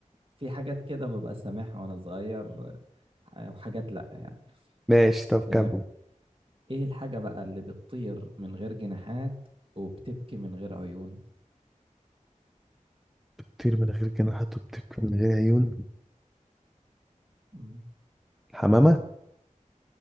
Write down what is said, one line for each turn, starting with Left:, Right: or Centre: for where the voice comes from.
Right: في حاجات كده ببقى سامعها وانا صغير آه، وحاجات لا يعني
Centre: ماشي طب
Right: طيب
Centre: كمل
Right: ايه الحاجة بقى اللي بتطير من غير جناحات وبتبكي من غير عيون
Centre: بتطير من غير جناحات وبتبكي من غير عيون
Right: مم.
Centre: الحمامة